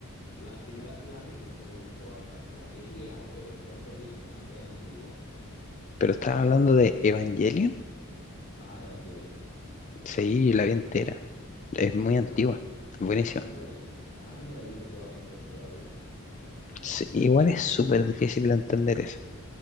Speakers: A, on the left; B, on the left.
A: las primeras sí las vi, me, me gustó bastante. Las, es vieja porque esa serie es bastante antigua
B: Pero estaba
A: y me
B: hablando
A: gustó.
B: de Evangelion.
A: Ajá, Evangelion.
B: Sí, la vi entera. Es muy
A: Yo
B: antigua.
A: no,
B: es Buenísima.
A: yo no la he- ajá, yo no la he visto toda completa todavía.
B: Sí, igual es súper difícil de entender eso.